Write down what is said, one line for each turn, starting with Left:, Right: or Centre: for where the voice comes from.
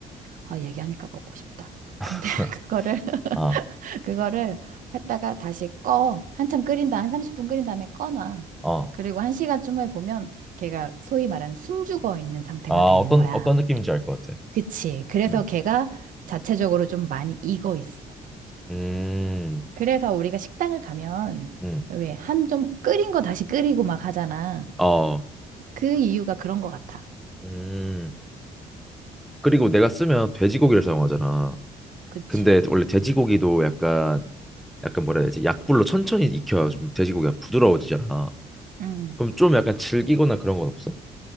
Right: 아, 얘기하니까 먹고 싶다. 근데
Centre: <laughs>
Right: <laughs> 그거를, <laughs>
Centre: 아,
Right: 그거를 했다가 다시 꺼. 한참 끓인다. 한 30분 끓인 다음에 꺼놔.
Centre: 어,
Right: 그리고 한 시간쯤 후에 보면 걔가 소위 말하는 숨죽어 있는 상태가
Centre: 아,
Right: 되는
Centre: 어떤
Right: 거야.
Centre: 어떤 느낌인지 알 것 같아.
Right: 그치. 그래서
Centre: 음,
Right: 걔가 자체적으로 좀 많이 익어 있어.
Centre: 음,
Right: 그래서 우리가 식당을 가면
Centre: 음,
Right: 왜 한 좀 끓인 거 다시 끓이고 막 하잖아.
Centre: 어,
Right: 그 이유가 그런 것 같아.
Centre: 음. 그리고 내가 쓰면 돼지고기를 사용하잖아.
Right: 그치.
Centre: 근데 원래 돼지고기도 약간 약간 뭐라 해야 되지? 약불로 천천히 익혀야 좀 돼지고기가 부드러워지잖아.
Right: 음.
Centre: 그럼 좀 약간 질기거나 그런 건 없어?